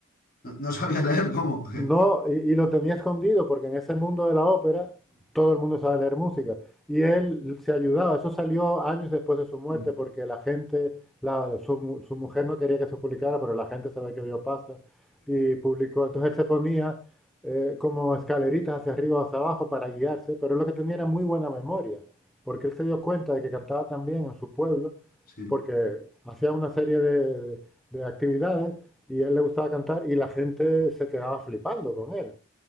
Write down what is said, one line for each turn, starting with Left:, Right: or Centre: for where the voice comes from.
Left: No, no sabía leer cómo.
Centre: No, y, y lo tenía escondido porque en ese mundo de la ópera todo el mundo sabe leer música. Y él se ayudaba, eso salió años después de su muerte
Left: <laughs>
Centre: porque la gente, la- su, mu- su mujer no quería que se publicara, pero la gente sabe que vio pasta y publicó. Entonces él se ponía eh, como escaleritas hacia arriba o hacia abajo para guiarse, pero lo que tenía era muy buena memoria, porque él se dio cuenta de que cantaba también en su pueblo,
Left: Sí,
Centre: porque hacía una serie de, de actividades y a él le gustaba cantar y la gente se quedaba flipando con él.